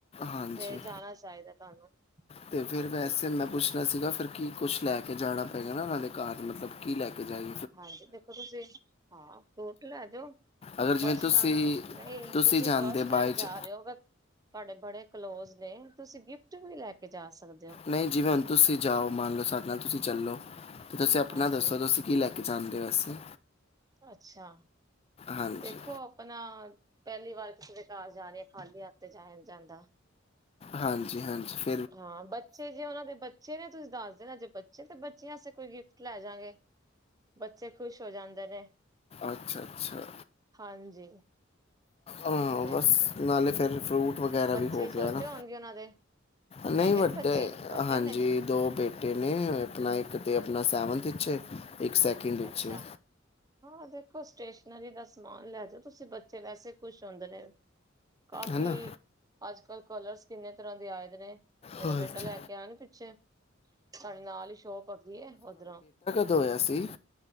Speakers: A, on the left (about 30°); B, on the right (about 20°).
A: ਹਾਂਜੀ
B: ਤੇ ਜਾਣਾ ਚਾਇਦਾ ਤਾਨੂੰ
A: ਤੇ ਫਿਰ
B: ਹਾਂਜੀ।
A: ਵੈਸੇ ਮੈਂ ਪੁੱਛਣਾ ਸੀਗਾ ਫਿਰ ਕੀ ਕੁਛ ਲੈ ਕੇ ਜਾਣਾ ਪਏਗਾ ਨਾ ਓਨਾਂ ਦੇ ਕਾਰ ਮਤਲਬ ਕੀ ਲੈ ਕੇ ਜਾਇਏ?
B: ਹਾਂਜੀ ਦੇਖੋ ਤੁਸੀਂ ਹਾਂ ਫ੍ਰਊਟ ਲੈ ਜੋ।
A: ਅਗਰ ਜਿਵੇਂ
B: ਫਸਟ
A: ਤੁਸੀਂ
B: ਟੈਮ ਨਹੀਂ ਤੁਸੀਂ
A: ਜਾਂਦੇ
B: ਫਸਟ ਟੈਮ
A: ਬਾਈ ਚ
B: ਜਾ ਰਹੇ ਹੋ ਗ ਤੁਹਾਡੇ ਬੜੇ ਕਲੋਜ ਨੇ ਤੁਸੀਂ ਗਿਫਟ ਵੀ ਲੈ ਕੇ ਜਾ ਸਕਦੇ ਹੋ
A: ਨਹੀਂ ਜਿਵੇਂ ਹੁਣ ਤੁਸੀਂ ਜਾਓ ਮੰਨ ਲਓ ਸਾਡੇ ਨਾਲ ਤੁਸੀਂ ਚੱਲੋ ਤੇ ਤੁਸੀਂ ਆਪਣਾ
B: ਹਾਂਜੀ
A: ਦੱਸੋ ਤੁਸੀਂ ਕੀ ਲੈ ਕੇ ਜਾਂਦੇ ਵੈਸੇ
B: ਅੱਛਾ
A: ਹਾਂਜੀ
B: ਦੇਖੋ ਅਪਣਾ ਪੈਲੀ ਵਾਰ ਕਿਸੇ ਦੇ ਕਾਰ ਜਾ ਰੀ ਆ ਖਾਲੀ ਹੱਥ ਤੇ ਜਾਯਾ ਨੀ ਜਾਂਦਾ।
A: ਹਾਂਜੀ-ਹਾਂਜੀ।
B: ਹਾਂ ਬੱਚੇ ਜੇ ਓਨਾਂ ਦੇ ਬੱਚੇ ਨੇ ਤੁਸੀਂ ਦੱਸ ਦੇਨਾ ਜੇ ਬੱਚੇ ਤੇ ਬੱਚਿਆਂ ਵਾਸਤੇ ਕੋਈ ਗਿਫਟ ਲੈ ਜਾਂਗੇ। ਬੱਚੇ ਖ਼ੁਸ਼ ਹੋ ਜਾਂਦੇ ਨੇ।
A: ਅੱਛਾ-ਅੱਛਾ।
B: ਹਾਂਜੀ
A: ਹਾਂ
B: ਤੇ
A: ਬਸ ਨਾਲੇ ਫਿਰ ਫਰੂਟ ਵਗੈਰਾ
B: ਬੱਚੇ
A: ਵੀ ਹੋ
B: ਛੋਟੇ
A: ਗਯਾ ਨਾ।
B: ਹੋਣਗੇ ਉਹਨਾਂ ਦੇ
A: ਨਹੀਂ
B: ਹੈਗੇ
A: ਵੱਡੇ
B: ਨੇ ਬੱਚੇ ਵੱਡੇ
A: ਹਾਂਜੀ
B: ਨੇ
A: ਦੋ ਬੇ ਟੇ ਨੇ ਆਪਣਾ ਇੱਕ ਆਪਣਾ ਸੈਵਨਥ ਚ ਏ ਤੇ ਇੱਕ ਸੈਕਿੰਡ
B: ਅੱਛਾ
A: ਚ ਏ।
B: ਹਾਂ ਦੇਖੋ ਸਟੇਸ਼ਨਰੀ ਦਾ ਸਮਾਨ ਲੈ ਜਾਓ ਤੁਸੀਂ ਬੱਚੇ ਵੈਸੇ ਖੁਸ਼ ਹੁੰਦੇ ਨੇ। ਕਾਫ਼ੀ
A: ਹੈਨਾ
B: ਅੱਜ-ਕੱਲ ਕਲਰਸ ਕਿੰਨੇ ਤਰ੍ਹਾਂ ਦੇ ਆਏ ਦੇ ਨੇ ਮੇਰਾ
A: ਹਾਂਜੀ
B: ਬੇਟਾ ਲੈ ਕੇ ਆ ਨਾ ਪਿੱਛੇ ਸਾਡੇ ਨਾਲ ਈ ਸ਼ੋਪ ਹੈਗੀ ਏ ਓਧਰੋਂ
A: ਤੇ ਹੋਇਆ ਸੀ।